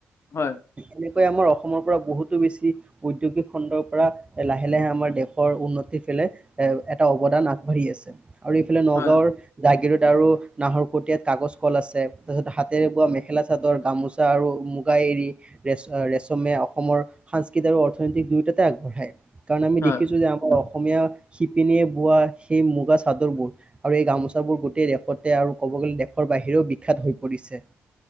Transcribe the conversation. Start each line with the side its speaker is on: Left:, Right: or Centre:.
Left: হয়।
Right: এনেকৈ আমাৰ অসমৰ পৰা বহুতো বেছি। উদ্যোগিক খণ্ডৰ পৰা লাহে লাহে দেশৰ আমাৰ উন্নতি ফালে, এ এটা অৱদান আগবাঢ়ি আছে আৰু এইফালে নগাঁৱৰ।
Left: হয়
Right: জাগিৰোত আৰু নাহৰ কটিয়াত কাগজ কল আছে তাৰপিছত হাতেৰে বোৱা মেখেলা চাদৰ গামোচ আৰু মুগা এৰী ৰেচ ৰেচমিয়া অসমৰ সাংস্ক কেতিয়াবা অৰ্থনৈতিক দুয়োটাতে আগবঢ়ায় কাৰণ আমি
Left: হয়
Right: দেখিছো যে আমাৰ অসম অসমীয়া শিপিনীয়ে বোৱা সেই মুগা চাদৰবোৰ। আৰু এই গামোচাবোৰ গোটেই দেশতে আৰু ক'ব গ'লে দেশৰ বাহিৰেও বিখ্যাত হৈ পৰিছে।